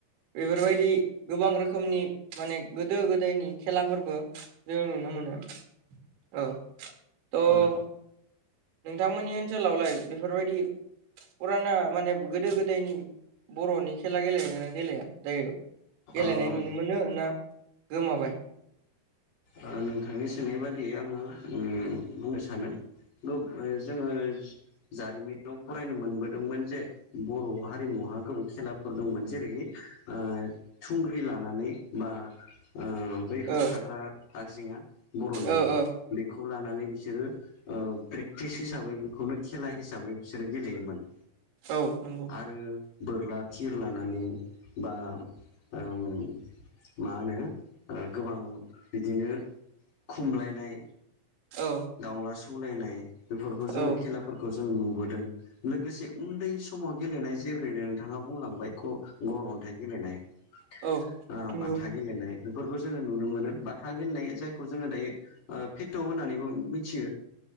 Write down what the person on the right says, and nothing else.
बेफोरबायदि गोबां रोखोमनि माने गोदो गोदायनि खेलाफोरबो जों नुनो मोनो औ थ'
नोंथांमोननि ओनसोलावलाय बेफोरबायदि फुराना माने गोदो गोदायनि बर'नि खेला गेलेगोनना गेलेया दायो?
गेलेनाय
नुनो मोनो ना गोमाबाय?
ओ
ओ ओ
औ नोंगौ।
औ
औ
औ नंगौ